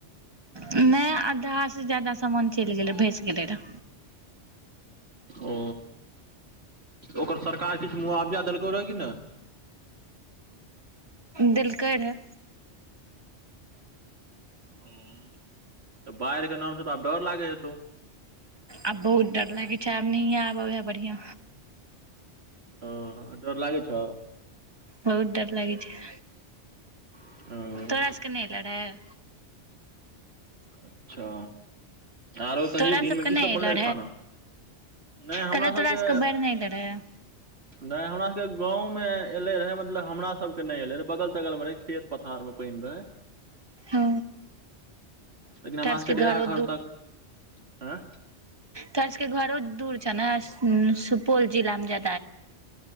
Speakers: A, on the right; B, on the right.
A: नहि अधहा से ज्यादा सामान चलि गेलै भस गेलै र
B: ओ ओकर सरकार किछु मुआवजा देलकौ रहए कि नहि
A: देलकै रहऽ
B: ह तऽ बाढ़िके नामसँ तऽ आब डर लागै हेतौ
A: आब बहुत डर लागैत छै आब नहिए आब ओहाय बढ़िया
B: ओ डर लागे छौ
A: बहुत डर लागि छै
B: ओ
A: तोड़ा सबके नहि एलौ रहऽ
B: अच्छा आरो कही
A: तोरा
B: दिनमे
A: सबके
B: कीसभ
A: नहि एलऽ
B: बनल रहै खाना नहि हमरा
A: कहलियौ
B: सभके
A: तोरा सबके बाढ़ि नहि एलऽ रहै
B: नहि हमरा सबके गाँवमे एले रहे मतलब मतलब हमरा सबके के नहि एले रहे बगल तगल मे रहे खेत पथार में पानि रहे
A: ओ
B: लेकिन हमराके
A: तोहर सबके
B: डेरा
A: घरो
B: घर तक हँ
A: तोर सबके घरो दूर छौ ने सुपौल जिलामे जा